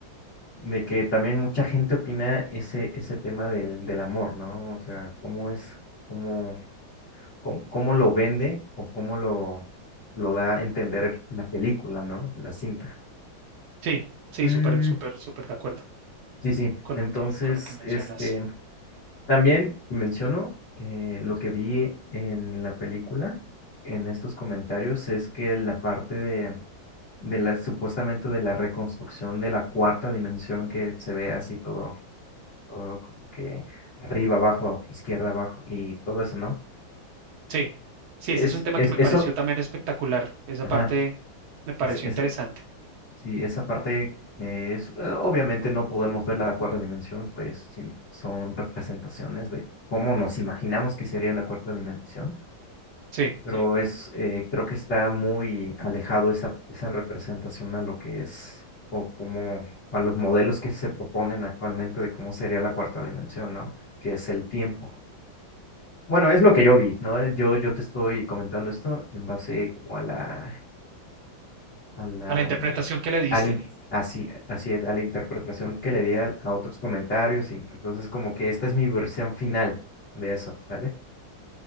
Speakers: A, on the left (about 45°); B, on the right (about 80°).
A: de que también mucha gente opina ese, ese tema del, del amor, ¿no? O sea, cómo es, cómo, cómo, cómo lo vende o cómo lo, lo da a entender la película, ¿no? La cinta.
B: sí, sí,
A: Mm,
B: súper, súper, súper de acuerdo
A: Sí, sí.
B: con
A: Entonces,
B: lo que, con lo que mencionas.
A: este, también menciono eh, lo que vi en la película, en estos comentarios, es que la parte de, de la, supuestamente de la reconstrucción de la cuarta dimensión que se ve así todo, todo como que arriba, abajo, izquierda, abajo y todo eso, ¿no?
B: Sí, sí,
A: Es,
B: ese es un tema
A: es,
B: que me
A: eso,
B: pareció también espectacular. Esa
A: ajá,
B: parte me pareció
A: es- es-
B: interesante.
A: Sí, esa parte eh, es, eh, obviamente no podemos ver la cuarta dimensión, pues sim- son representaciones de cómo nos imaginamos que sería la cuarta dimensión, Sí.
B: Sí,
A: pero es, eh, creo que está muy alejado esa, esa representación a lo que es o como a los modelos que se proponen actualmente de cómo sería la cuarta dimensión, ¿no? Que es el tiempo. Bueno, es lo que yo vi, ¿no? Yo, yo te estoy comentando esto en base como a la a la,
B: a la interpretación
A: a la mm,
B: que le diste.
A: interpretación al que le in- diste. así, así es, a la interpretación que le di al- a otros comentarios y entonces como que esta es mi versión final de eso, ¿vale?